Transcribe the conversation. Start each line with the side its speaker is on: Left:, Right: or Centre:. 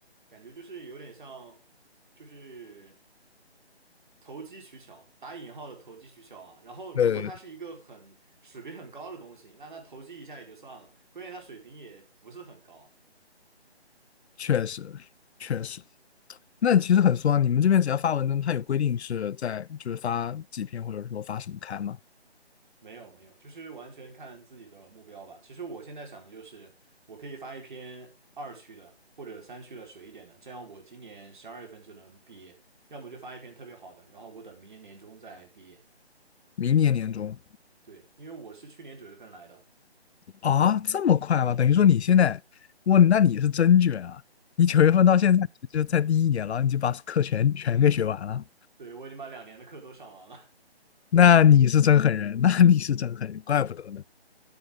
Right: 感觉就是有点像，就是。投机取巧，打引号的投机取巧啊。然后，如果它是一个很水平很高的东西，
Left: 对，
Right: 那那投机一下也就算了，关键它水平也不是很高。
Left: 确实确实。那其实很松啊，你们这边只要发文章，它有规定是在就是发几篇，或者说发什么刊吗？
Right: 没有没有，就是完全看自己的目标吧。其实我现在想的就是，我可以发一篇二区的或者三区的水一点的，这样我今年十二月份就能毕业。要么就发一篇特别好的，然后我等明年年中再毕业。
Left: 明年年中
Right: 对，因为我是去年九月份来的，
Left: 啊，这么快吗？等于说你现在，哇，那你是真卷啊！你九月份到现在就在第一年了，你就把课全全给学完了，
Right: 对，我已经把两年的课都上完了。
Left: 那你是真狠人，那你是真狠人，怪不得呢。